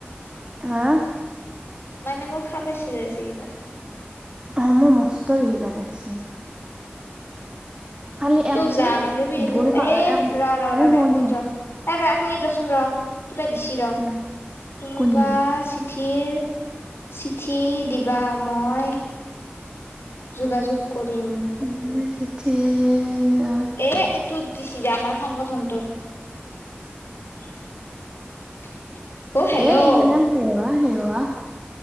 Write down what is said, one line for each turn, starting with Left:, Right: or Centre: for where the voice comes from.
Right: হা।
Left: মানে মোৰ খ পাইছিলে আ যে কিবা।
Right: অ মোৰ মস্ত বি হিলা লাগিছে। খালি
Left: ত'
Right: একদিন
Left: যা কালিও বিল
Right: ভোল
Left: এ
Right: খা একদিন
Left: ৰ ৰ
Right: এ
Left: ৰ
Right: শোৱা
Left: এক
Right: নো
Left: মিনিট ৰ এ এক মিনিট ৰচোন ৰ। কিবা দিছি ৰ
Right: শুন
Left: কোনোবা
Right: কোনি?
Left: চিঠিৰ চিঠি দিবা মই যোগাযোগ কৰিম
Right: উম। <unintelligible>
Left: এ তোৰ দিছে আমাৰ সংগঠনটোত। <unintelligible> অ হেল্ল'
Right: এ
Left: অ
Right: দিনা হো হো